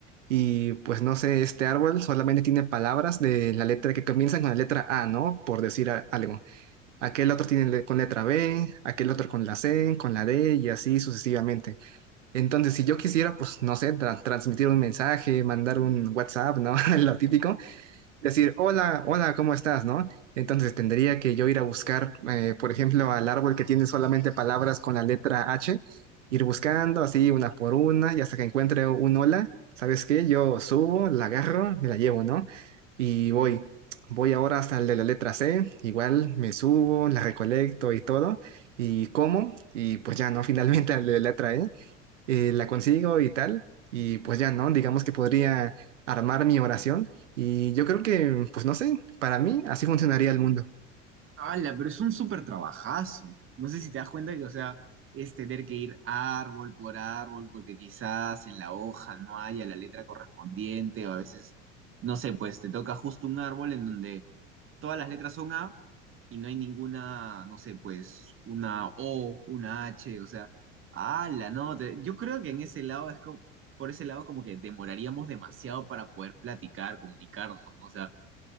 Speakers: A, on the right; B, on the right.
A: y pues no sé, este árbol solamente tiene palabras de la letra que comienzan con la letra A, ¿no? Por decir a- algo. Aquel otro tiene le- con letra B, aquel otro con la C, con la D y así sucesivamente. Entonces, si yo quisiera, pues no sé, tra- transmitir un mensaje, mandar un WhatsApp, ¿no? <laughs> Lo típico decir, hola, hola, ¿cómo estás? ¿No? Entonces tendría que yo ir a buscar, eh, por ejemplo, al árbol que tiene solamente palabras con la letra H, ir buscando así una por una y hasta que encuentre un hola, ¿sabes qué? Yo subo, la agarro, me la llevo, ¿no? Y voy, voy ahora hasta el de la letra C, igual me subo, la recolecto y todo, y como, y pues ya, ¿no? <laughs> Finalmente al de la letra E eh, la consigo y tal, y pues ya, ¿no? Digamos que podría armar mi oración y yo creo que, pues no sé, para mí así funcionaría el mundo.
B: Ala, pero es un súper trabajazo. No sé si te das cuenta que, o sea, es tener que ir árbol por árbol, porque quizás en la hoja no haya la letra correspondiente, o a veces, no sé, pues te toca justo un árbol en donde todas las letras son A y no hay ninguna, no sé, pues una O, una H, o sea, ala, no, te- yo creo que en ese lado es como, por ese lado como que demoraríamos demasiado para poder platicar, comunicarnos, ¿no? O sea,